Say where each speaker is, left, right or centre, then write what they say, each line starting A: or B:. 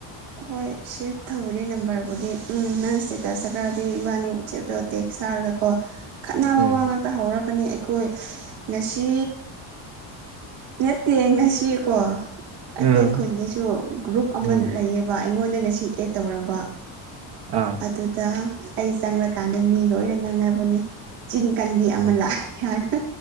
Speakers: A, on the right; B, on the right.
A: ꯍꯣꯏ ꯁꯦꯞ ꯇꯧꯔꯤ ꯅꯝꯕꯔꯕꯨꯗꯤ ꯎꯝ ꯅꯪ ꯁ꯭ꯇꯦꯇꯁꯇꯒꯗꯤ ꯏꯕꯥꯟꯅꯤ ꯋꯥꯆꯦꯞꯇ ꯇꯦꯛꯁ ꯇꯥ ꯔꯒꯀꯣ ꯈꯠꯅꯕ
B: ꯎꯝ
A: ꯋꯥ ꯉꯥꯛꯇ ꯍꯧꯔꯛꯀꯅꯤ ꯑꯩꯈꯣꯏ ꯉꯁꯤ ꯅꯠꯇꯦ ꯉꯁꯤꯀꯣ ꯑꯩꯈꯣꯏ
B: ꯎꯝ
A: ꯈꯨꯟꯗꯁꯨ ꯒ꯭ꯔꯨꯞ ꯑꯃ
B: ꯎꯝ
A: ꯂꯩꯌꯦꯕ ꯑꯩꯉꯣꯟꯗ ꯉꯁꯤ ꯑꯦꯗ ꯇꯧꯔꯝꯕ
B: ꯑꯥ
A: ꯑꯗꯨꯗ ꯑꯩ ꯆꯪꯪꯂꯀꯥꯟꯗ ꯃꯤ ꯂꯣꯏꯅ ꯉꯥꯡꯅꯕꯅꯦ ꯆꯤꯟ ꯀꯥꯟꯕꯤ ꯑꯃ
B: ꯑꯥ
A: ꯂꯥꯛꯑꯦ ꯍꯥꯏꯅ